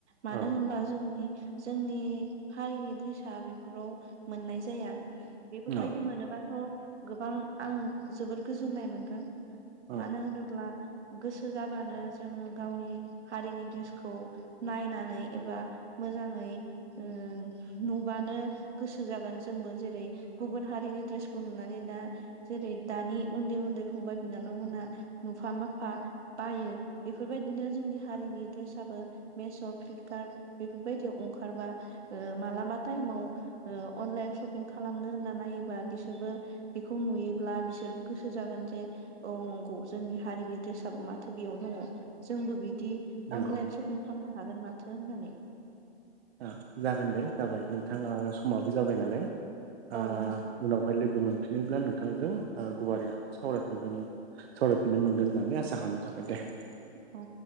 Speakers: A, on the right (about 80°); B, on the right (about 65°).
A: मानो
B: औ
A: होनबा जोंनि जोंनि हारिनि ड्रेसा बेफोराव मोननाय जाया बेफोरबाय
B: औ
A: मोनोबाथ गोबां आं जोबोद गोजोननाय मोनगोन
B: औ
A: मानो होनोब्ला गोसो जाबानो जोंङो गावनि हारिनि ड्रेसखौ नायनानै एबा मोजांङै ओ नुबानो गोसो जागोन जोंबो जेरै गुबुन हा रिनि द्रेसखौ नुनानै दा जेरै दानि उन्दै उन्दै फंबाय बिनानावमोना नुफा माफा फा बायो बेफोरबायदिनो जोंनि हारिनि ड्रेसाबो मेश फ्लिपकार्ट बेफोर बायदि अंखारबा ओ मालाबा टाइमाव ओ अनलाइन शपिं खालामनो होनना नाय बां बिसोरबो बेखौ नुयोब्ला बिसोरबो गोसो जागोन जे औ नंगौ जोंनि हारिनि डेसाबो माथो बेयाव दंङ जोंबो बि बिदि
B: नंगौ
A: अनलाइन सपिं खालामनो हागोन माथो होननानै
B: ओ जागोन दे जाबाय नोंथाङा समाबो जाबाय नालाय ओ
A: औ नोंथां
B: उनावहाय लोगो मोन फिनोब्ला नोंथांजों गुवारिैया सावरायफिनगोन सावरायफिननो मोनगोन होननानै आसा खालामनो थाखायाबाय दे
A: अ